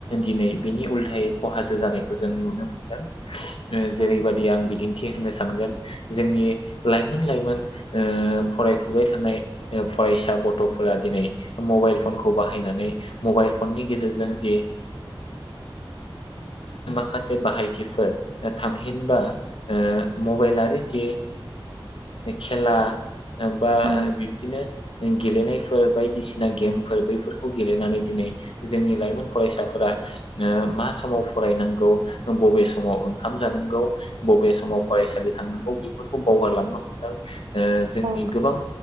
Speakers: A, on the left; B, on the right.
A: दिनै बिनि उल्थायै खहासो जानाय जों नुनो मोनदों
B: औ
A: जेरैबायदि आं बिदिन्थि होनो सानगोन जोंनि लाइमोन लाइमोन फरायफुबाय थानाय फरायसा गथ'फोरा मबाइल फनखौ बाहायनानै मबाइल फननि गेजेरजों जि माखासे बाहायथिफोर थामहिनबा मबाइलारि जि खेला बा
B: औ
A: बिबदिनो गेलेनायफोर बायदिसिना गेमफोर बैफोरखौ गेलेनानै दिनै जोंनि लाइमोन फरायसाफोरा मा समाव फरायनांगौ बबे समाव ओंखाम जानांगौ बबे समाव फरायसालि थांनांगौ बेफोरखौ बावगारलांनो हमदों जोंनि
B: औ
A: गोबां